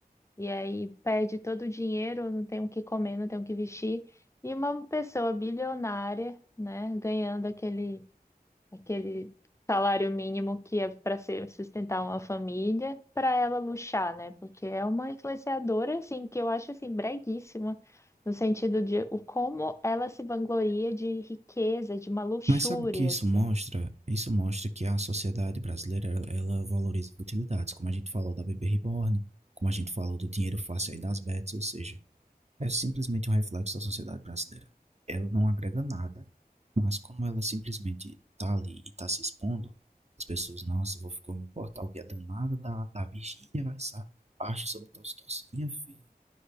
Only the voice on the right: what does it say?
Mas sabe o que isso
mostra? Isso mostra que a sociedade brasileira, ela ela valoriza utilidades, como a gente falou da bebê reborn, como a gente falou do dinheiro fácil aí das bets, ou seja, é simplesmente um reflexo da sociedade brasileira. Ela não agrega nada, mas como ela simplesmente tá ali e tá se expondo, as pessoas, nossa, vou ficar me importar o que a danada da, da Virgínia vai sa- acha sobre tal situação. Minha filha,